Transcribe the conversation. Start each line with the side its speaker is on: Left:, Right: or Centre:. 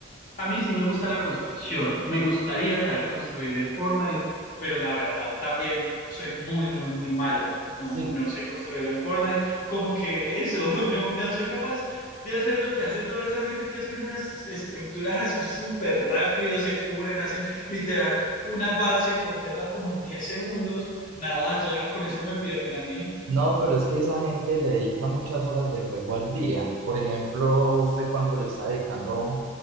Left: A mí sí me gusta la construcción. Me gustaría saber construir en Fortnite, pero la verdad también soy muy, muy, muy malo. No,
Right: Sí.
Left: no sé construir en Fortnite. Como que eso, <laughs> no, no soy capaz de hacer lo que hace toda esa gente que hacen unas estructuras así súper rápido, se cubren, hacen literal una base completa como en 10 segundos. Nada, ya con eso me pierden a mí.
Right: No, pero es que esa gente le dedica muchas horas de juego al día. Por ejemplo, ¿usted cuánto le está dedicando